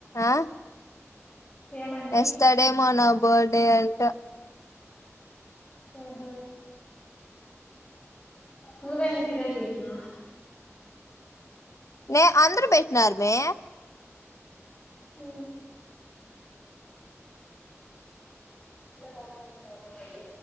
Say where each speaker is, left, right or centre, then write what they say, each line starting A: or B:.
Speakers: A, on the left; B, on the left.
A: ఆ
B: ఏమని
A: ఎస్టర్డే మనం బర్డే అంట
B: ఆహా నువ్వెందు కిరోజు పెట్టినవ్
A: మే అందరు పెట్టినరుమే
B: హు మా